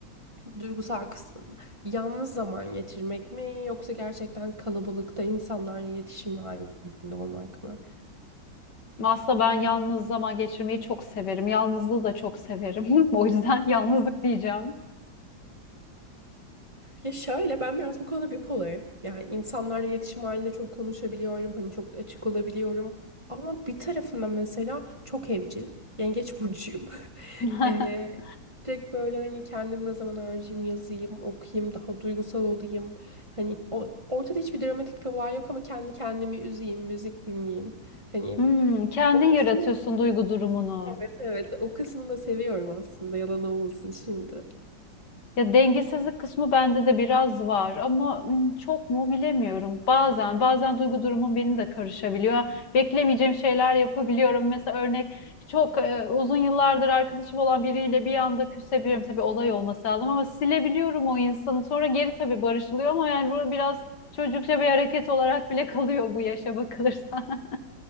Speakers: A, on the right (about 15°); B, on the left (about 60°).
A: Duygusal kısmında. Yalnız zaman geçirmek mi yoksa gerçekten kalabalıkta insanlarla iletişim halinde olmak mı?
B: Aslında ben yalnız zaman geçirmeyi çok severim. Yalnızlığı da çok severim. <laughs> O yüzden yalnızlık diyeceğim.
A: Ya şöyle ben biraz bu konuda bipolarım. Yani insanlarla iletişim halinde çok konuşabiliyorum. Hani çok açık olabiliyorum. Ama bir tarafında mesela çok evcil. Yengeç burcuyum. <laughs>
B: <laughs>
A: Ee, direkt böyle hani kendim ne zaman harcayayım, yazayım, okuyayım, daha duygusal olayım. Hani o, ortada hiçbir dramatik bir olay yok ama kendi kendimi üzeyim, müzik dinleyeyim. Hani
B: Hmm, kendin
A: o
B: yaratıyorsun
A: kısmı
B: duygu durumunu.
A: Evet evet o kısmını da seviyorum aslında yalan olmasın şimdi.
B: Ya dengesizlik kısmı bende de biraz var ama ım, çok mu bilemiyorum. Bazen bazen duygu durumum benim de karışabiliyor. Beklemeyeceğim şeyler yapabiliyorum. Mesela örnek çok e, uzun yıllardır arkadaşım olan biriyle bir anda küsebiliyorum. Tabii olay olması lazım ama silebiliyorum o insanı. Sonra geri tabii barışılıyor ama yani bu biraz çocukça bir hareket olarak bile <laughs> kalıyor bu yaşa bakılırsa. <laughs>